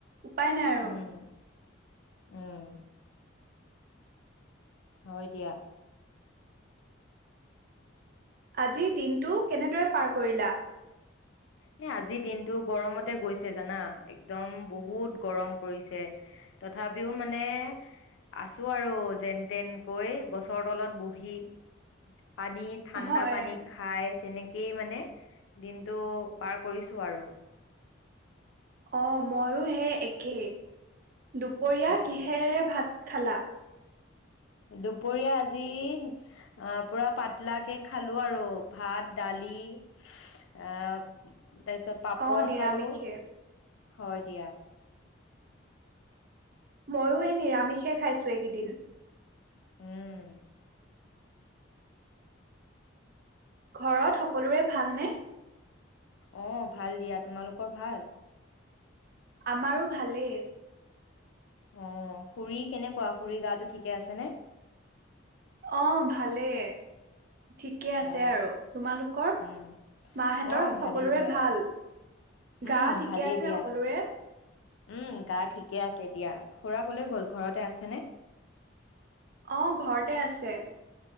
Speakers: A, on the right; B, on the left.
A: উপায় নাই আৰু
B: উম উম। হয় দিয়া।
A: আজি দিনটো কেনেদৰে পাৰ কৰিলা
B: এ, আজিৰ দিনটো গৰমতে গৈছে, জানা। একদম বহুত গৰম পৰিছে। তথাপিও, মানে, আছোঁ আৰু যেন-তেনকৈ গছৰ তলত বহি পানী, ঠাণ্ডা
A: হয়
B: পানী খায় তেনেকেই মানে, দিন টো পাৰ কৰিছো আৰ
A: অ', ময়ো হে একেই। দুপৰীয়া
B: হয়
A: কিহেৰে
B: দিয়া
A: ভাত খালা
B: দুপৰীয়া আজি, আ, পুৰা পাতলাকে খালো আৰু, ভাত, দালি আ তাৰ পিছত পাপৰ
A: অ নিৰামিষে
B: খালো। হয় দিয়া।
A: ময়ো এই নিৰামিষে খাইছোঁ এইকেইদিন।
B: উম।
A: ঘৰত সকলোৰে ভালনে?
B: অ', ভাল দিয়া। তোমালোকৰ ভাল?
A: আমাৰো ভালেই।
B: অ', খুৰী কেনেকুৱা? খুৰীৰ গাটো ঠিকে আছেনে?
A: অ', ভালেই। ঠিকে
B: অ
A: আছে। আৰু, তোমালোকৰ
B: উম
A: মাহঁতৰ
B: অ
A: সকলোৰে
B: ভালেই দিয়া
A: ভাল?
B: উম
A: গা ঠিকে
B: ভালেই
A: আছে
B: দিয়া
A: সকলোৰে?
B: উম গা ঠিকে আছে দিয়া। খুৰা ক'লৈ গ'ল? ঘৰতে আছেনে?
A: অ', ঘৰতে আছে।